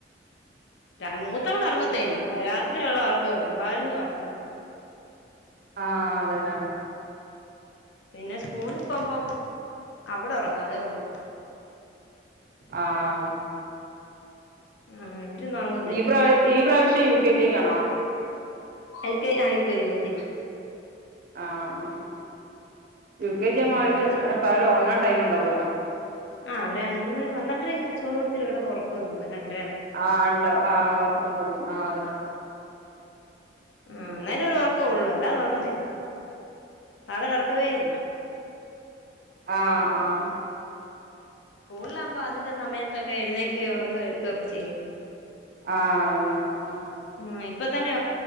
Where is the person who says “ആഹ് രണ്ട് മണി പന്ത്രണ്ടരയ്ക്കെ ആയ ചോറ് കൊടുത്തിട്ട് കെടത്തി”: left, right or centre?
Left